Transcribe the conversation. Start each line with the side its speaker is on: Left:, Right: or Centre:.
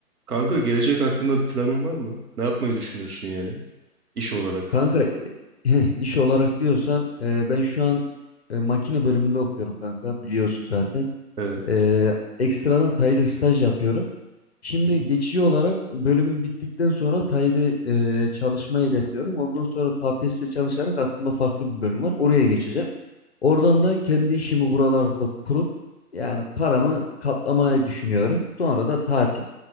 Right: Kanka gelecek hakkında planın var mı? Ne yapmayı düşünüyorsun yani? İş olarak.
Left: Kanka <laughs> iş olarak diyorsan e, ben şu an e, makine bölümünde okuyorum kanka biliyorsun zaten.
Right: Evet.
Left: E, ekstradan Tay'da staj yapıyorum. Şimdi
Right: Hı hı.
Left: geçici olarak bölümün bittikten sonra Tay'da e, çalışmayı hedefliyorum. Ondan sonra KPSS çalışarak aklımda farklı bir bölüm var. Oraya geçeceğim. Oradan da kendi işimi buralarda kurup yani paramı katlamayı düşünüyorum. Sonra da tatil.